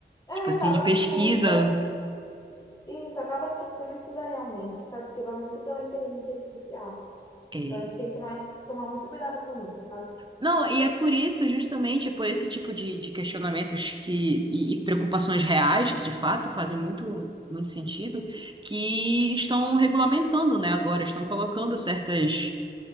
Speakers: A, on the left; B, on the right.
A: é,
B: Tipo assim,
A: acaba
B: de pesquisa.
A: que, tipo, não estuda. Isso, acaba que, tipo, que não estuda realmente, sabe? Porque vai muito pela inteligência artificial.
B: É.
A: Então, a gente tem que tomar, tomar muito cuidado com isso, sabe?
B: Não, e é por isso, justamente, é por esse tipo de, de questionamentos que, e, e preocupações reais, que de fato fazem muito, muito sentido, que estão regulamentando, né, agora, estão colocando certas